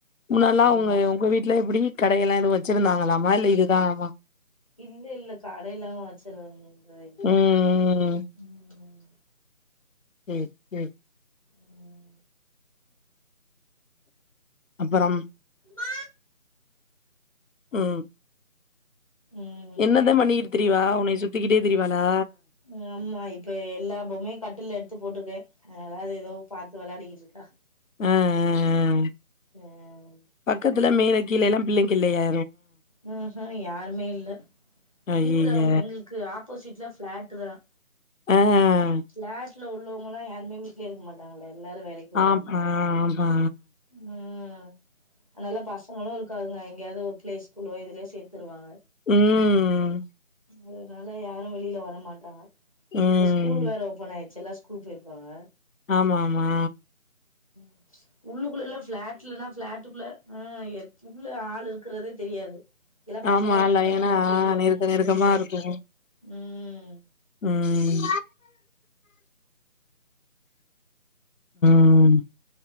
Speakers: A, on the left (about 65°); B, on the left (about 25°).
A: முன்னல்லாம்
B: அதிகமா
A: உங்க உங்க வீட்ல எப்டி கடையெல்லாம் வச்சிருந்தாங்களா <unintelligible> இதுதான்
B: இல்ல இல்ல கடைல்லாவச்சரு <unintelligible> அ இல்ல
A: ம்
B: ம்
A: ம் ம்
B: ம்
A: அப்பறம்
B: மா
A: ம்
B: ம்
A: என்னதான் பண்ணிக்கிட்டு திரிவா உனையே சுத்திக்கிட்டே திரிவாலா
B: ம் ஆம்மா இப்ப எல்லாபொம்மையும் கட்டில்ல த்து போட்டிருக்கே அதனால தான் அது ஏதோ பாத்து விலாடிட்டுயிருக்கு க ஹ
A: ஹ ஹ
B: ம்
A: பக்கத்துல மேலைக் கிலல்லாம் பிள்ளைகில்லையா
B: ஹுஹூம் யாருமே இல்ல
A: அய்யய்ய
B: இருக்கறுங்க எங்ளுக்கு அப்போசிட்ல பிளாட் தான்
A: ஆ
B: பிளாட்ல உள்ளவங்கலாம் யாருமே வீட்ல இருக்க மாட்டாங்களே எல்லாரும் வேலைக்கு போயிருவாங்க
A: ஆமா ஆமா.
B: ம் ஹ அதுனால பசங்களும் இருக் க்காருங்க எங்கயாவது ஒரு பிளேஸ் புள்ளைய இதுலயே சேத்துருவாங்க
A: ம்
B: அதனால யாரும் வெளியில வர மாட்டாங்க
A: ம்.
B: இப்ப ஸ்கூல் வேற ஓபன் ஆயிருச்சுல்ல கூட்டியிருப்பாங்க
A: ஆமா ஆமா
B: <inaudible> உள்ளுக்குள்ளலா ஃபிளாட்லனா ஃபிளாட்டுக்குள்ள ஆ எ உள்ள ஆளு இருக்கறதே தெரியாது எல்லா
A: ஆமால்ல
B: பசங்க இருக்குங்களானே
A: ஏன்னா
B: தெரியா
A: நெருக்க நெருக்கமா
B: தெரியாது
A: இருக்கு
B: ம்
A: உம் உம்